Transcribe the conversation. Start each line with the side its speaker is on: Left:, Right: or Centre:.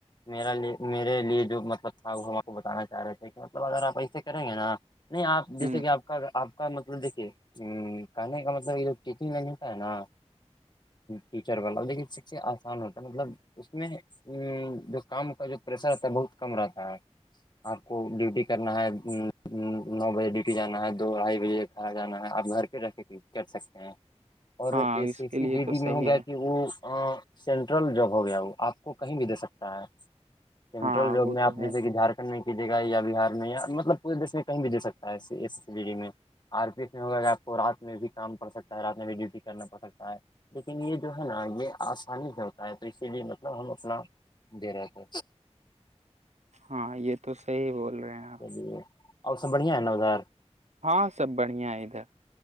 Left: میرا لی میرے لیے جو مطلب تھا وہ ہم آپ کو بتانا چاہ رہے تھے کہ مطلب اگر آپ ایسے کریں گے نا نہیں آپ جیسے
Right: ہ
Left: کہ آپ کا آپ کا مطلب دیکھیے کہنے کا مطلب یہ ٹیچنگ میں ملتا ہے نا ٹیچر والا لیکن سے آسان ہوتا ہے مطلب اس میں ا جو کام کا جو پریشر رہتا ہے بہت کم رہتا ہے آپ کو ڈیوٹی کرنا ہے ہوں ہوں <inaudible> نو بجے ڈیوٹی جانا ہے دو ڈھائی بجے گھر آ جانا ہے آپ گھر پہ رکھ کر سکتے ہیں اور
Right: ہاں
Left: اے ا
Right: اس کے
Left: سی
Right: لیے
Left: جے
Right: تو
Left: ڈی
Right: صحیح
Left: میں ہو گیا
Right: ہے
Left: کہ وہ <inaudible> سینٹرل جاب ہو گیا وہ آپ کو کہیں بھی دے سکتا ہے سینٹرل
Right: ہاں
Left: جاب
Right: وہ
Left: میں آپ
Right: تو
Left: جیسے
Right: ہے
Left: کہ جھارکھنڈ میں کیجیے گا یا بہار میں یا مطلب پورے دیش میں کہیں بھی دے سکتا ہے ای ای ڈی میں آر پس میں ہوگا آپ کو رات میں بھی کام پڑ سکتا ہے رات میں بھی ڈیوٹی کرنا پڑ سکتا ہے لیکن یہ جو ہے نا یہ آسانی سے ہوتا ہے تو اسی لیے مطلب ہم اپنا بیرار <inaudible>
Right: ہاں یہ تو صحیح بول رہے ہیں آپ
Left: چلیے اور سب بڑھیا ہے نا اظار
Right: ہاں سب بڑھیا ہے ادھر